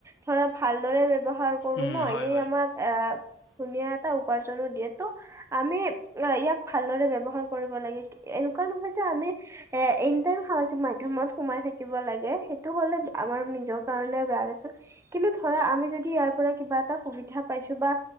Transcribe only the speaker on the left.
উম
হয়
হয়